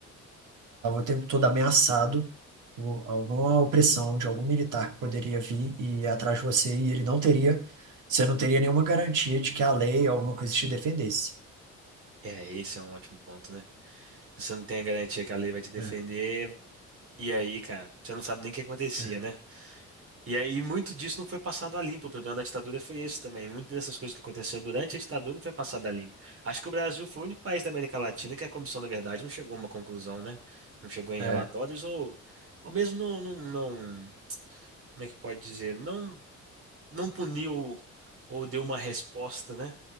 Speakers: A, on the right (about 80°); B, on the right (about 45°).
A: estava o tempo todo ameaçado por alguma opressão de algum militar que poderia vir e ir atrás de você e ele não teria, você não teria nenhuma garantia de que a lei ou alguma coisa te defendesse.
B: É, esse é um ótimo ponto, né? Se você não tem a garantia que a lei vai te defender.
A: É,
B: E aí, cara, você não sabe nem o que acontecia,
A: é,
B: né? E aí, muito disso não foi passado a limpo. O problema da ditadura foi esse também. Muitas dessas coisas que aconteceram durante a ditadura não foi passado a limpo. Acho que o Brasil foi o único país da América Latina que a comissão, na verdade, não chegou a uma conclusão, né? Não chegou em
A: é.
B: relatórios ou, ou mesmo não, não, não- como é que pode dizer? Não, não puniu ou deu uma resposta, né?